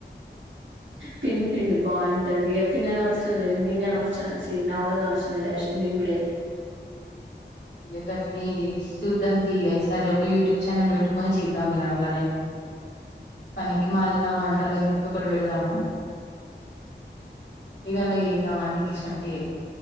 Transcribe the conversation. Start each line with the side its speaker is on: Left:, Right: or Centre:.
Right: పిండి పిండి బాగుంటది ఇగ తిననవసరం లేదు మింగనవసరం చీ నవ్వల్నవసరం లే డైరెస్ట్ మింగుడే
Left: ఇగ గట్లనే శుద్ధాం తీ ఈసారి ఒక యూట్యూబ్ ఛానల్ వెట్టుకొని చేద్దాం ఇగ అండ్లనే పని మాలిన వంటలని
Right: అట్లా
Left: చెప్పి ఒకటి వెడదాం హలో ఇగ అండ్ల చేద్దాం అన్ని గిసొంటియే